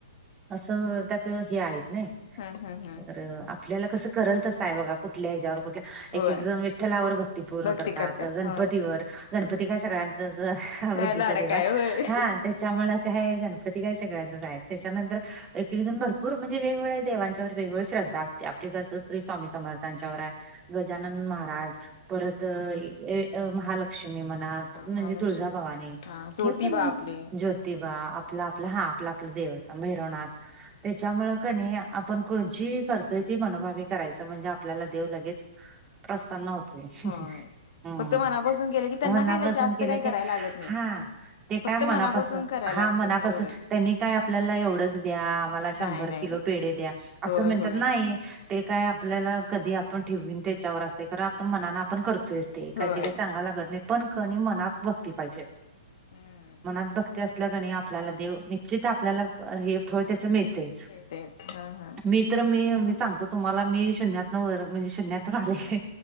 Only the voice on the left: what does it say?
हम्म हम्म हम्म
होय
भक्ती
होय
ह
लाडक
होय
महालक्ष्मी
हा ज्योतिबा
आपले
होय
फक्त मनापासून केलं की त्यांना
काय जास्त
काही करायला
लागत नाही
फक्त
करायला
लागते
एवढंच
नाही नाही
होय
होय
होय
हम्म
तेच हा. हा